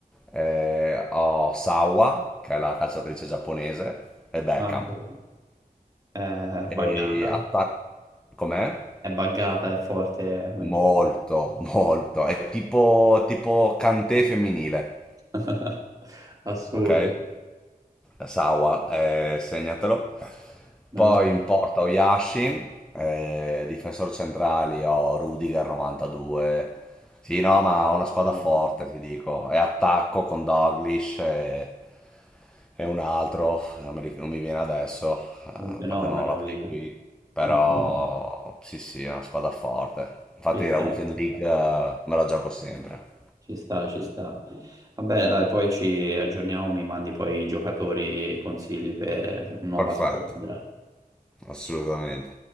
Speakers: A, in the centre; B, on the right.
A: eh, ho Sawa, che è la calciatrice giapponese, e Beckham,
B: Anche, è
A: e
B: buggata,
A: attacco... Com'è?
B: è buggata, è forte come
A: Molto,
B: gioco.
A: molto. È tipo, tipo Kanté femminile
B: <laughs> Assurdo,
A: ok? Sawa, eh, segnatelo.
B: me
A: Poi
B: lo segno.
A: in porta ho Yashin, eh, difensori centrali ho Rudiger 92. Sì, no, ma ho una squadra
B: Fenomeno.
A: forte, ti dico. E attacco con Doglish e, e un altro, non mi, ric- non mi viene adesso, eh,
B: Un fenomeno,
A: perché non ho la
B: via.
A: play qui. Però
B: Un fenomeno.
A: sì, sì, è una squadra forte. Infatti
B: Ci sta,
A: la Weekend
B: ci
A: League
B: sta.
A: eh, me la gioco sempre.
B: Ci sta, ci sta. Vabbè, dai, poi ci aggiorniamo, mi mandi poi i giocatori e i consigli per nuova
A: Perfetto,
B: squadra.
A: assolutamente.